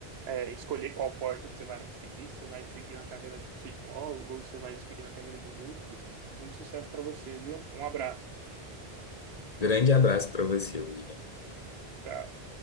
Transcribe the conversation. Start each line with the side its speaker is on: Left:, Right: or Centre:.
Right: é, escolher qual porta que você vai seguir. Se você vai seguir na carreira de psicólogo ou se você vai seguir na carreira de músico. Muito sucesso para você, viu? Um abraço.
Left: Grande abraço para você, William.
Right: Tchau.